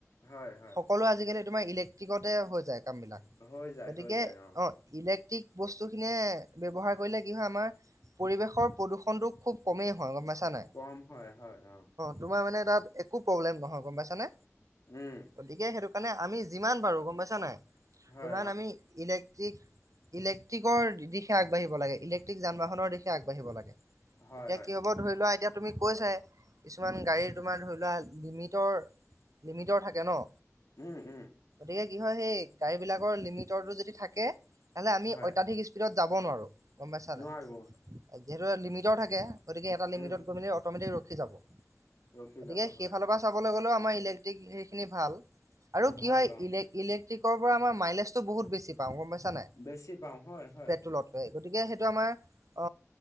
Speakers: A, on the left; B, on the right.
A: হয় হয়
B: সকলো আজিকালি তোমাৰ ইলেক্ট্ৰিকতে হৈ যায়। কাম বিলাক
A: হৈ যায়
B: গতিকে
A: হৈ যায়
B: অ' ইলে টিক বস্তু খিনিয়ে ব্যৱহাৰ কৰিলে কি হয় আমাৰ পৰিৱেশৰ প্ৰদূষণতটো খুব কমেই হয় নাই
A: কম হয় হয় অ'।
B: তোমাৰ মানে তাত একো প্ৰব্লেম নহয় গম পাইছ নে
A: উম
B: গতিকে সেইটো কাৰণে আমি যিমান পাৰো গম পাইছা নাই
A: হয়
B: সিমান
A: অ
B: আমি ইলে ইলেক্ট্ৰিকৰ দিশে আগবাঢ়িব লাগে ইলেক্ট্ৰিক যান বাহনৰ দিশে আগবাঢ়িব লাগে। তেতিয়া
A: হয় হয়
B: কি হ'ব ধৰি লোৱা এতিয়া তুমি কৈ চাই কিছুমান গাড়ী তোমাৰ ধৰি লোৱা লিমিটৰ লিমিটৰ থাকে ন।
A: উম, উম।
B: তেতিয়া কি হয় সেই গাড়ী বিলাকৰ লিমিটৰটো যদি থাকে তেনেহলে আমি
A: হয়
B: অত্যাধিক স্পীডত যাব নোৱাৰো গম পাইচা
A: নোৱাৰো
B: নাই। যিহেতু লিমিটৰ থাকে গতিকে এটা লিমিটত
A: উম
B: গৈ মেলি অট'মেটিক ৰখি যাব।
A: ৰখি
B: গতিকে
A: যাব
B: সেইফালৰ
A: হয়
B: পৰা চাবলৈ গ'লেও আমাৰ ইলেক্ট্ৰিক সেইখিনি ভাল আৰু
A: ভাল
B: কি হয়
A: অ
B: ইলে ইলেক টিকৰ পৰা আমাৰ মাইলেজ বহুত বেছি পাওঁ। পাইছা নাই
A: বেছি পাওঁ হয় হয়।
B: পেট্ৰলত লতকৈ গতিকে সেইটো আমাৰ অ